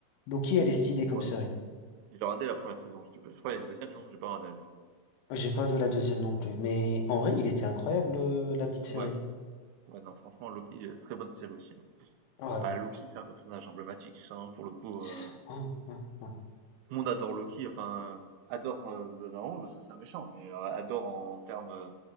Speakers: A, on the left; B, on the right.
A: Loki, elle est stylée comme
B: Ouais.
A: série.
B: J'ai regardé la première saison. Je sais pas, je crois qu'il y a une deuxième, non? J'ai pas regardé la deuxième.
A: J'ai pas vu la deuxième non plus, mais en vrai, il était incroyable, euh, la petite série.
B: Ouais. Ouais, non, franchement, Loki, euh, très bonne série aussi. hein.
A: Ouais,
B: Bah, Loki, c'est un personnage emblématique, ça, hein, pour le coup.
A: c'est
B: euh,
A: ça. Ouais, ouais,
B: tout le monde adore Loki, enfin, adore, euh, non, parce que c'est un méchant, mais euh, adore en termes euh,